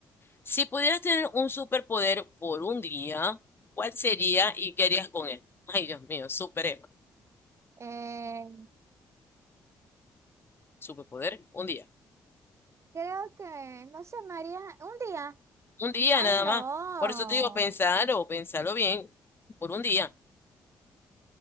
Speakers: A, on the left; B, on the right.
A: si pudieras tener un superpoder por un día, ¿cuál sería y qué harías con él? Ay, Dios mío, super Emma.
B: Eh,
A: Superpoder, un día.
B: creo que, no sé, María, un día.
A: Un día
B: Ay,
A: nada
B: no.
A: más. Por eso te digo, pensarlo, pensarlo bien, por un día.